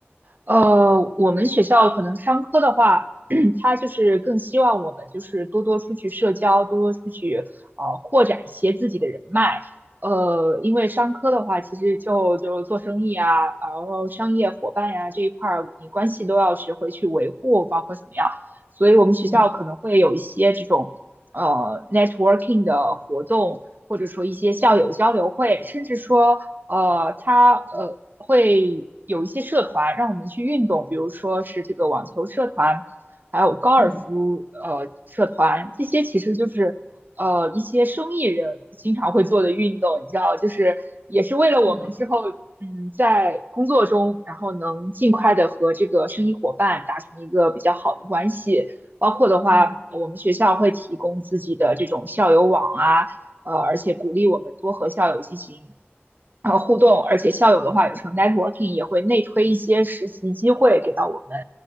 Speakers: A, on the right; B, on the right.
A: 呃，我们学校可能商科的话，<clears throat> 他就是更希望我们就是多多出去社交，多多出去呃扩展一些自己的人脉。呃，因为商科的话，其实就就做生意啊，然后商业伙伴呀、这一块儿，你关系都要学会去维护，包括怎么样。所以我们学校可能会有一些这种呃
B: 嗯
A: networking 的活动，或者说一些校友交流会，甚至说呃，它呃会有一些社团让我们去运动，比如说是这个网球社团，还有高尔夫呃社团，
B: 嗯
A: 这些其实就是呃一些生意人经常会做的运动，你知道，就是也是为了我们之后嗯在工作中，
B: 嗯
A: 然后能尽快的和这个生意伙伴达成一个比较好的关系。包括的话，
B: 嗯
A: 我们学校会提供自己的这种校友网啊，呃，而且鼓励我们多和校友进行呃互动，而且校友的话有时候
B: 嗯
A: networking 也会内推一些实习机会给到我们，